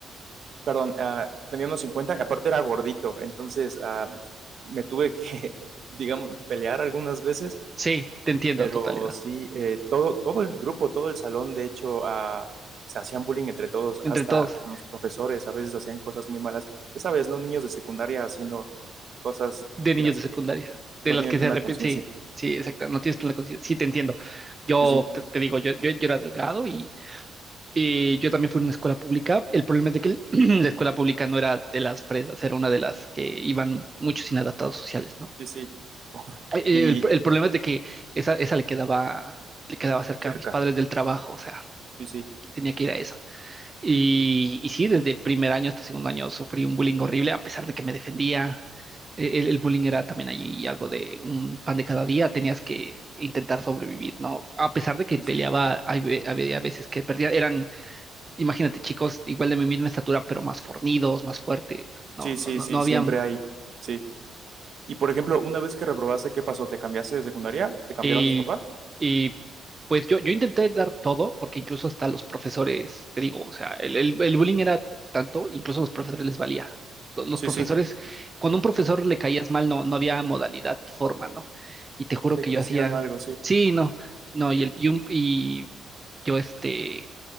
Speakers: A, on the right (about 55°); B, on the right (about 25°).
A: perdón, ah, tenía uh, unos 50 y aparte era gordito, entonces uh, me tuve que, <laughs> digamos, pelear algunas veces,
B: sí, te entiendo
A: pero
B: a totalidad,
A: sí, eh, todo, todo el grupo, todo el salón, de hecho, uh, se hacían bullying entre todos,
B: entre
A: hasta
B: todos.
A: con los profesores, a veces hacían cosas muy malas, ya sabes, ¿no? Niños de secundaria haciendo cosas
B: de niños
A: de las
B: de
A: que
B: secundaria,
A: no
B: de las
A: tienen
B: que
A: plena
B: se arrepienten,
A: conciencia.
B: sí, sí, exacto, no tienes plena conciencia, sí, te entiendo. Yo
A: Sí, sí.
B: te, te digo, yo, yo, yo era delgado y, y yo también fui a una escuela pública. El problema es de que el- <clears throat> la escuela pública no era de las fresas, era una de las que iban muchos inadaptados sociales, ¿no?
A: sí, sí. Oh,
B: Eh, eh,
A: Y
B: El, el problema es de que esa, esa le quedaba, le quedaba cerca
A: cerca,
B: a mis padres del trabajo, o sea,
A: sí, sí,
B: tenía que ir a esa. Y, y sí, desde primer año hasta segundo año sufrí un bullying horrible, a pesar de que me defendía. E- El, el bullying era también allí algo de un pan de cada día, tenías que intentar sobrevivir, ¿no? A pesar de que
A: sí,
B: peleaba,
A: sí,
B: hay ve- había veces que perdía, eran, imagínate, chicos igual de mi misma estatura, pero más fornidos, más fuertes, no,
A: sí,
B: no,
A: sí,
B: no,
A: sí,
B: no había
A: siempre hay, sí. Y por ejemplo, una vez que reprobaste, ¿qué pasó? ¿Te cambiaste de secundaria? ¿Te cambiaron
B: Y,
A: tus papás?
B: y pues yo, yo intenté dar todo, porque incluso hasta los profesores, te digo, o sea, el, el- el bullying era tanto, incluso a los profesores les valía. Lo- Los
A: Sí,
B: profesores,
A: sí,
B: cuando a un profesor le caías mal, no, no había modalidad ni forma, ¿no? Y te juro
A: de
B: que
A: que
B: yo
A: hicieran
B: hacía,
A: algo, sí,
B: sí, no, no, y, el, y, un- y yo este,